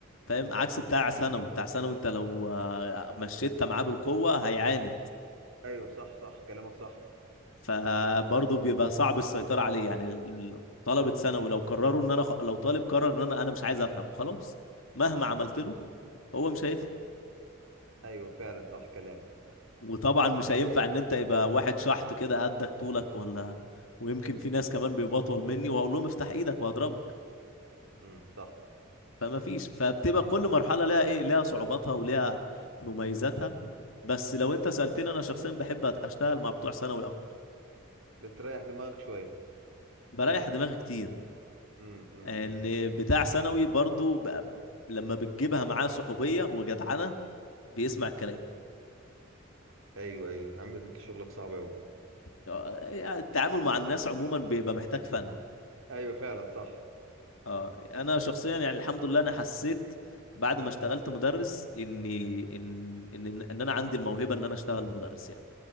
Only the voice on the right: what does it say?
ايوه صح صح كلامك صح
امم
ايوه فعلا صح كلامك
امم صح
بتريح دماغك شويه
امم أمم،
أمم.
ايوه ايوه يا عم انت شغلك صعب قوي
ايوه فعلا صح